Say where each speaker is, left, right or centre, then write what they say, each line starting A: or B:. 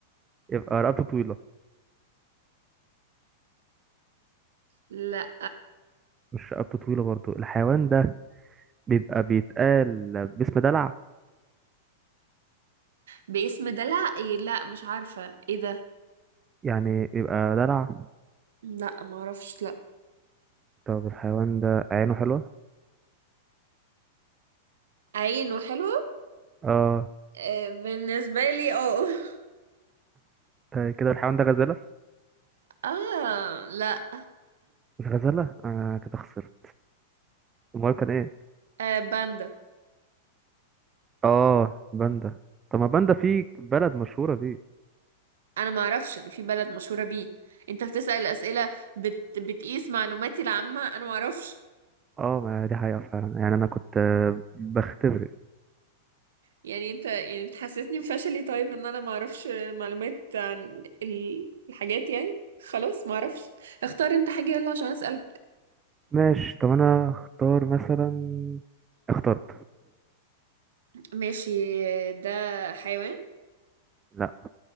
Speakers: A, on the right; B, on the right.
A: يبقى رقبته طويلة
B: لا
A: مش رقبته طويلة برضو الحيوان ده بيبقى بيتقال باسم دلع
B: باسم دلع ايه لا مش عارفة ايه ده
A: يعني بيبقى دلع
B: لا ما اعرفش لا
A: طب الحيوان ده عينه حلوة
B: عين وحلوة
A: اه
B: آه، بالنسبة لي اه <laughs>
A: ده كده الحيوان ده غزالة
B: اه لا
A: الغزالة انا كده خسرت امال كان ايه
B: آه باندا
A: اه باندا طب ما باندا في بلد مشهورة بيه
B: انا ما اعرفش ان في بلد مشهوره بيه انت بتسأل اسئله بت... بتقيس معلوماتي العامه انا ما اعرفش
A: اه ما دي حقيقة فعلا يعني انا كنت آه، بختبر
B: يعني انت يعني بتحسسني بفشلي طيب ان انا ما اعرفش معلومات عن ال- الحاجات يعني خلاص ما اعرفش اختار انت حاجه يلا عشان اسالك
A: ماشي طب انا اختار مثلا اخترت
B: ماشي ده حيوان
A: لا